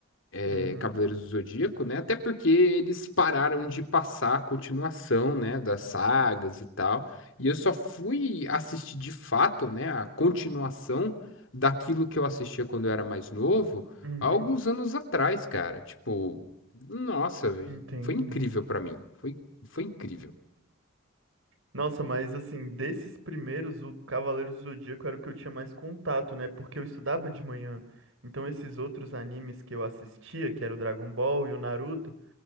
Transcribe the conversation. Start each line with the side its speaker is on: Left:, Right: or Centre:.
Left: é,
Right: Uhum,
Left: Cavaleiros do Zodíaco, né? Até porque eles pararam de passar a continuação, né, das sagas e tal. E eu só fui assistir de fato, né, a continuação daquilo que eu assistia quando eu era mais novo,
Right: uhum,
Left: há alguns anos atrás, cara. Tipo, nossa,
Right: entendo.
Left: foi incrível pra mim. Foi, foi incrível.
Right: Nossa, mas assim, desses primeiros, o Cavaleiro do Zodíaco era o que eu tinha mais contato, né? Porque eu estudava de manhã. Então esses outros animes que eu assistia, que era o Dragon Ball e o Naruto,